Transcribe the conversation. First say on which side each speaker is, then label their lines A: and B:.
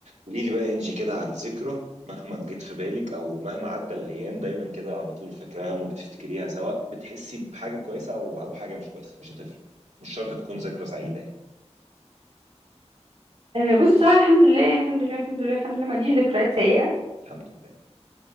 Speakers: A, on the right; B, on the right.
A: قولي لي بقى انجي كده عن ذكرى مهما جت في بالك او مهما عدى الايام دايما كده على طول فاكراها وما بتفتكريها سواء بتحسي بحاجه كويسه او او حاجه مش كويسه مش هتفرق مش شرط تكون ذكرى سعيده يعني
B: آه، بصي بصراحة الحمد لله يعني الحمد لله الحمد لله الحمد لله ما عنديش ذكريات سيئة
A: الحمد لله